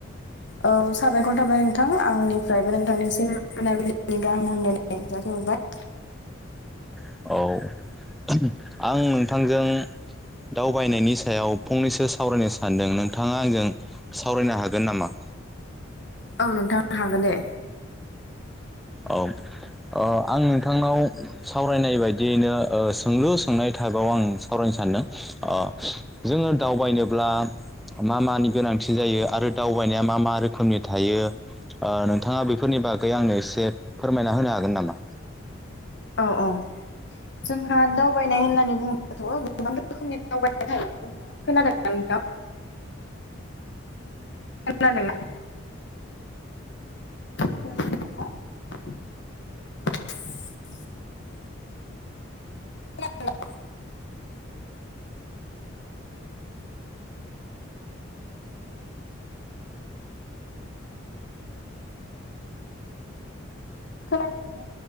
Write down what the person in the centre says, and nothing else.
औ आं नोंथांजों दावबायनायनि सायाव फंनैसो सावरायनो सानदों नोंथाङा आंजों सावरायनो हागोन नामा?
औ अ आं नोंथांनाव सावरायनाय बायदियैनो ओ सोंलु सोंनाय बाव आं खावरायनो सानदों अ जोङो दावबायनोब्ला मा मानि गोनांथि जायो आरो दावबायनाया मा मा रोखोमनि थायो आ नोंथाङा बेफोरनि बागै आंनो एसे फोरमायना होनो हागोन नामा